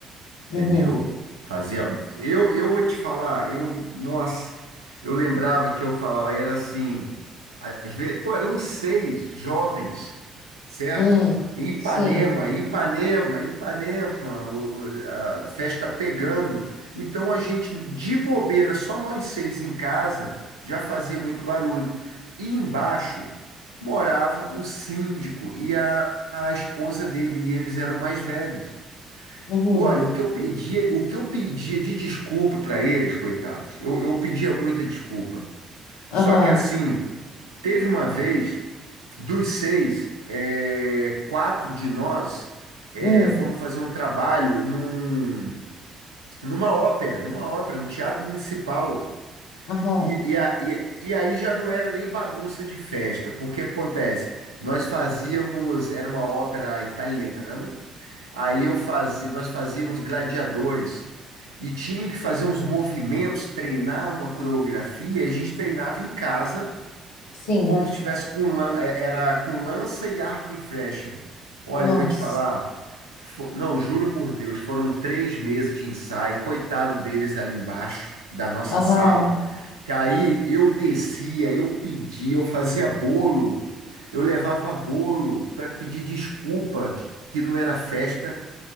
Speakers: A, on the left; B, on the right.
A: uhum,
B: Entendeu? Fazia. Eu, eu vou te falar, eu, nossa, eu lembrava que eu falava, aí era assim, às vezes, pô, eram uns seis jovens, certo?
A: hum,
B: em Ipanema,
A: sim,
B: Ipanema, Ipanema, o- a festa pegando. Então a gente, de bobeira, só nós seis em casa, já fazia muito barulho. E embaixo morava o síndico e a, a esposa dele, e eles eram mais velhos.
A: uhum,
B: Olha, o que eu pedia, o que eu pedia de desculpa para eles, coitados, eu, eu pedia muita desculpa.
A: aham,
B: Só que assim, teve uma vez, dos seis, é, quatro de nós é,
A: hum,
B: fomos fazer um trabalho num, numa ópera, numa ópera, num teatro municipal.
A: aham,
B: E, e, a- e- e aí já não era nem bagunça de festa, porque acontece, nós fazíamos, era uma ópera italiana. Aí eu fazia, nós fazíamos gladiadores e tinha que fazer uns movimentos, treinar uma coreografia, e a gente treinava em casa,
A: sim,
B: como se tivesse com lan- eh, era com lança e arco e flecha. Olha,
A: nossa,
B: eu vou te falar, fo- não, juro por Deus, foram três meses de ensaio, coitado deles ali embaixo da nossa
A: aham,
B: sala, que aí eu descia, eu pedia, eu fazia bolo, eu levava bolo para pedir desculpa que que não era festa.